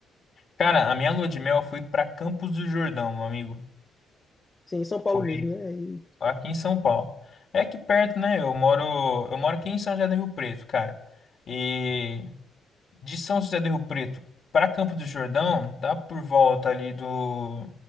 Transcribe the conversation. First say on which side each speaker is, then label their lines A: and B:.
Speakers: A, on the left (about 50°); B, on the left (about 20°).
A: Cara, a minha lua de mel foi para Campos do Jordão, meu amigo.
B: Sim, em São Paulo
A: Foi
B: mesmo, né? Aí,
A: Aqui em São Paulo. É aqui perto, né? Eu moro, eu moro aqui em São José do Rio Preto, cara. E de São José do Rio Preto para Campo do Jordão, dá por volta ali do